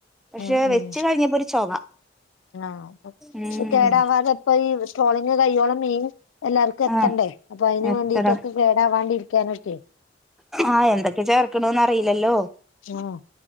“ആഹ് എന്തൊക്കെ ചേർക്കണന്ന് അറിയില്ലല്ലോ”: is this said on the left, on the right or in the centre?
Centre